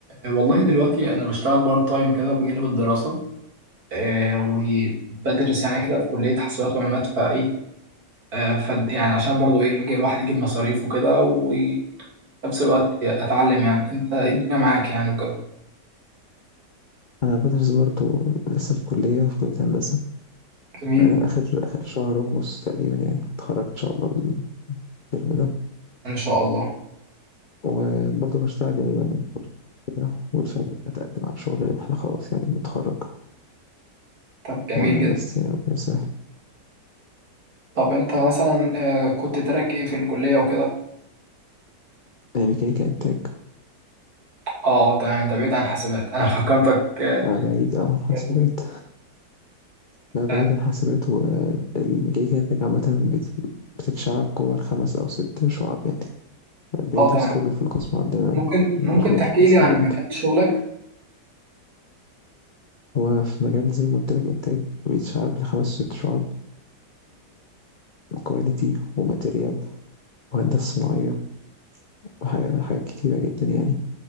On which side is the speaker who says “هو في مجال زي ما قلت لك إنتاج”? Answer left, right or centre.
Left